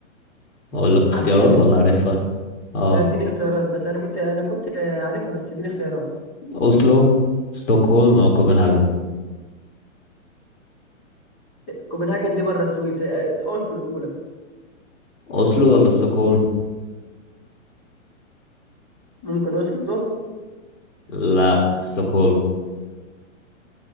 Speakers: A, on the left; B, on the left.
A: أقول لك اختيارات
B: عاصمة الس...
A: ولا عارفها؟ اه
B: لا اديني اختيارات بس أنا كنت أنا كنت آه، عارفها بس اديني اختيارات
A: أوسلو ستوكهولم أو كوبنهاجن
B: كوبنهاجن دي بره السويد آه، أوسلو الأولى
A: أوسلو ولا ستوكهولم
B: ممكن أوسلو
A: لا ستوكهولم